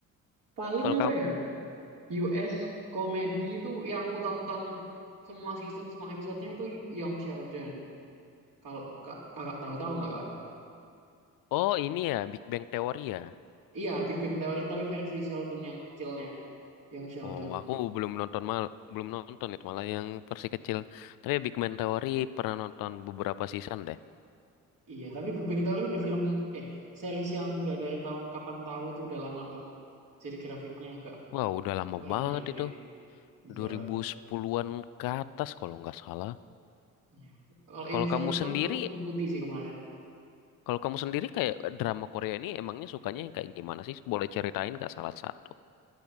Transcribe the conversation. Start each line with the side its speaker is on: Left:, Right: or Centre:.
Right: paling
Left: Kalau
Right: apa
Left: kamu,
Right: ya US komedi itu yang ku tonton semua season semua episodenya tuh Young Sheldon kalau kak, kakak tahu tahu nggak kak
Left: oh ini ya Big Bang Theory ya.
Right: Iya, Big Bang Theory tapi versi Sheldon yang kecilnya, yang Sheldon.
Left: Oh, aku belum nonton mal, belum nonton itu malah yang versi kecil. Tapi Big Bang Theory pernah nonton beberapa season deh.
Right: Iya, tapi Big Bang Theory udah film, eh, series yang udah dari tahun kapan tahu itu udah lama banget. Jadi grafiknya agak
Left: Wah, udah lama
Right: kurang
Left: banget
Right: HD.
Left: itu,
Right: Iya.
Left: 2010-an ke atas kalau nggak salah.
Right: Iya. Kalau
Left: Kalau
Right: yang Sheldon
Left: kamu sendiri,
Right: aku cukup ngikuti sih kemarin.
Left: kalau kamu sendiri kayak drama Korea ini emangnya sukanya yang kayak gimana sih? Boleh ceritain nggak salah satu?